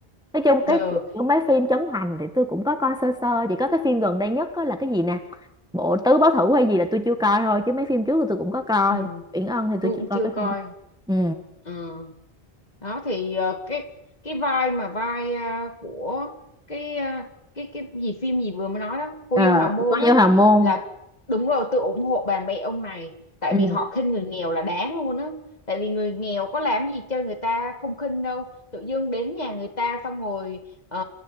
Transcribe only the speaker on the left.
được
ừ ừ,
tôi
cũng
chưa
coi
ừ đó thì ờ, cái cái vai mà vai ờ, của cái ờ, cái cái gì phim gì vừa mới nói đó cô
dâu hào môn
á
là đúng rồi tôi ủng hộ bà mẹ ông này tại
vì họ khinh người nghèo là đáng luôn á tại vì người nghèo có làm gì cho người ta không khinh đâu tự dưng đến nhà người ta xong rồi ờ,